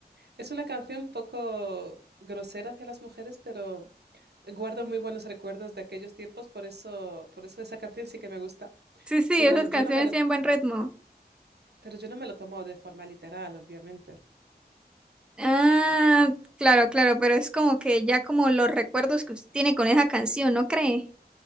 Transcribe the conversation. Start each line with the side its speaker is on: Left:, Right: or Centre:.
Right: es una canción un poco grosera hacia las mujeres, pero guardo muy buenos recuerdos de aquellos tiempos, por eso, por eso esa canción sí que me gusta.
Centre: Sí, sí,
Right: Pero
Centre: esas canciones
Right: yo no me lo,
Centre: tienen buen ritmo.
Right: pero yo no me lo tomo de forma literal, obviamente.
Centre: Ah, claro, claro, pero es como que ya como los recuerdos que usted tiene con esa canción, ¿no cree?